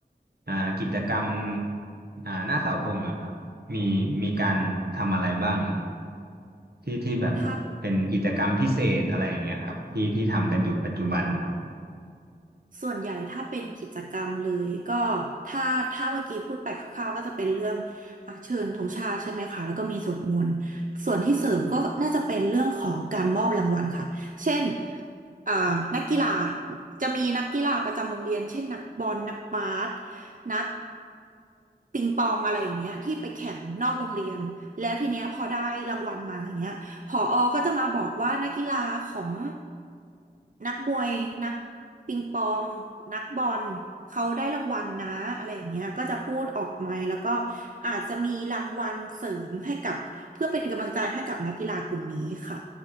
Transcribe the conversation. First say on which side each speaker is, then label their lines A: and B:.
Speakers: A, on the right; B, on the right.
A: อ่ากิจกรรมอ่าหน้าเสาธงอะครับมีมีการทำอะไรบ้างอะครับที่ที่แบบเป็นกิจกรรมพิเศษอะไรอย่างเงี้ยครับที่ที่ทำกันอยู่ปัจจุบันครั
B: ถ้าเป็น ส่วนใหญ่ถ้าเป็นกิจกรรมเลยก็ถ้าถ้าเมื่อกี้พูดไปคร่าวๆก็จะเป็นเรื่องอ่ะเชิญธงชาติใช่ไหมคะแล้วก็มีสวดมนต์ส่วนที่เสริมก็น่าจะเป็นเรื่องของการมอบรางวัลค่ะเช่นอ่านักกีฬาจะมีนักกีฬาประจำโรงเรียนเช่นนักบอลนักบาสนักปิงปองอะไรอย่างเงี้ยที่ไปแข่งนอกโรงเรียนแล้วทีเนี้ยพอได้รางวัลมาอย่างเงี้ย ผอก็จะมาบอกว่านักกีฬาของนักมวยนักปิงปองนักบอลเขาได้รางวัลนะอะไรอย่างเงี้ยก็จะพูดออกไมค์แล้วก็อาจจะมีรางวัลเสริมให้กับเพื่อเป็นกำลังใจให้กับนักกีฬากลุ่มนี้ค่ะ